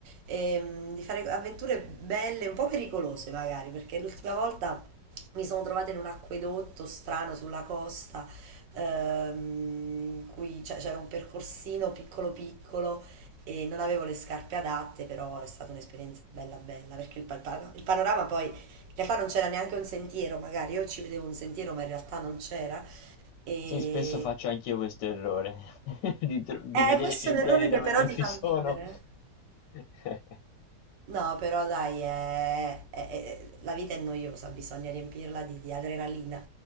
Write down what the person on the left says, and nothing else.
Sì, spesso faccio anch'io questo errore <laughs> di, tro- di
vedere
sentieri
dove
non
ci
sono.
<laughs>